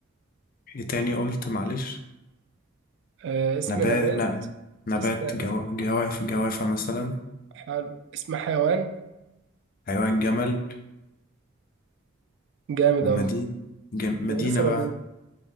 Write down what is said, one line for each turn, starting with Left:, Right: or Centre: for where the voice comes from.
Left: ايه تاني قلت معلش
Right: آه اسم
Left: نبات
Right: نبات
Left: ن- نبات
Right: اسم نبات
Left: جو... جواف جوافة مثلا
Right: حلو اسم حيوان
Left: حيوان جمل
Right: جامد
Left: ومدينة
Right: أوي
Left: جم... مدينة
Right: ده أنا لسه
Left: بقى
Right: مدينة